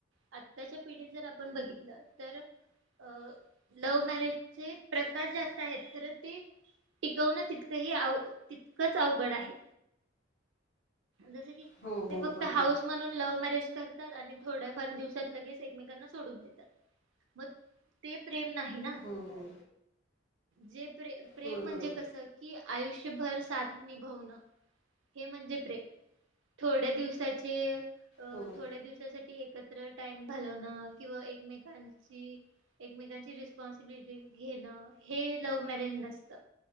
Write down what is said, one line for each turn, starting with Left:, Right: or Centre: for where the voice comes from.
Right: आत्ताच्या पिढी जर आपण बघितलं तर अ लव्ह मॅरेजचे प्रकार जास्त आहेत खरं ते. टिकवणं तितकंही तितकंच अवघड आहे. ज की
Left: हो हो
Right: ते फक्त
Left: बरोबर
Right: हाऊस
Left: आहे
Right: म्हणून लव्ह मॅरेज करतात आणि थोड्या फार दिवसात लगेच एकमेकांना सोडून देतात मग ते प्रेम नाही ना.
Left: हो हो
Right: जे प्रे प्रेम
Left: होय
Right: म्हणजे
Left: बरोबर
Right: कस की आयुष्यभर साथ निभवणं. हे म्हणजे प्रेम थोड्या दिवसाचे
Left: होय
Right: थोड्या दिवसासाठी एकत टाइम घालवण किंवा एकमेकांची एकमेकांची रिस्पॉन्सिबिलिटी घेणं. हे लव्ह मॅरेज नसत